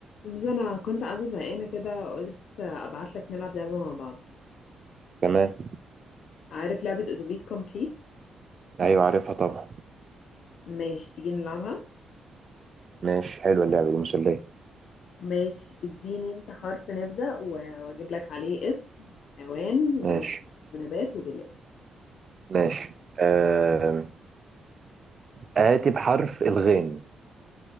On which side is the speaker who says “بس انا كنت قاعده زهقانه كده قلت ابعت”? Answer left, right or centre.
Left